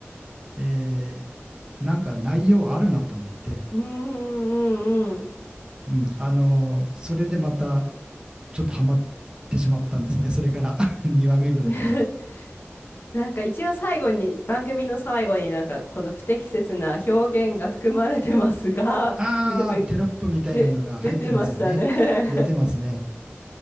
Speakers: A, on the right; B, on the left.
A: えーなんか内容あるなと思って、
B: うーん、うん、うん。
A: うん、あのーそれでまたちょっとハマってしまったんですね。それから <laughs> 2話目ぐらいから。
B: <laughs> なんか一応最後に、番組の最後になんかこの不適切な表現が含まれてますが、
A: あー、
B: でも、
A: テロップみたいなのが入ってますよね。
B: で、出てましたね。
A: 出てますね。